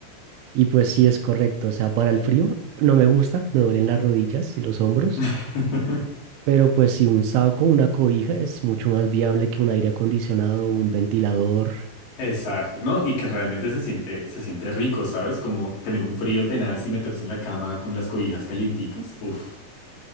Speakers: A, on the right (about 80°); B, on the left (about 55°).
A: Y pues sí es correcto, o sea, para el frío no me gusta, me duelen las rodillas y los hombros,
B: <laughs>
A: pero pues sí un saco, una cobija es mucho más viable que un aire acondicionado, un ventilador.
B: Exacto, ¿no? Y que realmente se siente, se siente rico, ¿sabes? Como tener un frío tenaz y meterse en la cama con las cobijas calienticas. Uf,